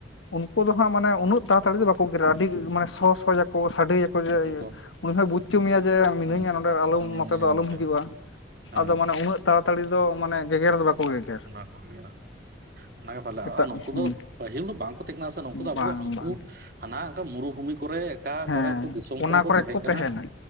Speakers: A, on the left; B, on the right.
A: ᱩᱱᱠᱩ ᱫᱚ ᱦᱟᱸᱜ ᱢᱟᱱᱮ ᱩᱱᱟᱹᱜ ᱛᱟᱲᱟᱛᱟᱲᱤ ᱫᱚ ᱵᱟᱠᱚ ᱜᱮ ᱜᱮᱨᱟ ᱟᱹᱰᱤ ᱢᱟᱱᱮ ᱥᱚ ᱥᱚᱡᱟᱠᱚ ᱥᱟᱰᱮᱭᱟ ᱦᱚᱭ
B: ᱱᱩᱠᱩ
A: ᱵᱩᱡᱽ ᱪᱚ ᱢᱮᱭᱟ ᱡᱮ
B: ᱦᱮᱸ
A: ᱢᱤᱱᱟᱹᱧᱟ ᱱᱚᱰᱮ ᱟᱞᱚᱢ ᱱᱚᱛᱮ
B: ᱢᱮᱱᱟᱭᱟ
A: ᱫᱚ ᱟᱞᱚᱢ
B: ᱢᱮᱱᱛᱮ
A: ᱦᱤᱡᱩᱜᱼᱟ᱾
B: ᱦᱮᱸ
A: ᱟᱫᱚ ᱢᱟᱱᱮ ᱩᱱᱟᱹᱜ ᱛᱟᱲᱟᱛᱟᱲᱤ ᱫᱚ ᱢᱟᱱᱮ ᱜᱮᱜᱮᱨ ᱫᱚ ᱵᱟᱠᱚ ᱜᱮ
B: <unintelligible> ᱚᱱᱟᱜᱮ ᱛᱟᱦᱞᱮ
A: ᱮᱴᱟᱜ
B: ᱱᱩᱠᱩ
A: ᱦᱩᱸ
B: ᱫᱚ ᱯᱟᱹᱦᱤᱞ ᱫᱚ ᱵᱟᱝᱠᱚ ᱛᱟᱦᱮᱸ ᱠᱟᱱᱟ ᱥᱮ ᱱᱩᱠᱩ ᱫᱚ ᱟᱵᱩ
A: ᱵᱟᱝ
B: ᱦᱟᱝᱠᱩᱼᱼ
A: ᱵᱟᱝ
B: ᱦᱟᱱᱟ ᱟᱠᱟ ᱢᱩᱨᱩᱵᱷᱩᱢᱤ ᱠᱚᱨᱮ ᱟᱠᱟ
A: ᱦᱮᱸ
B: ᱠᱚᱨᱮ ᱠᱚ ᱫᱤᱥᱚᱢ
A: ᱚᱱᱟ
B: ᱠᱚᱨᱮ ᱠᱚ ᱛᱟᱦᱮᱸ
A: ᱛᱟᱦᱮᱱᱟ
B: ᱠᱟᱱᱟ᱾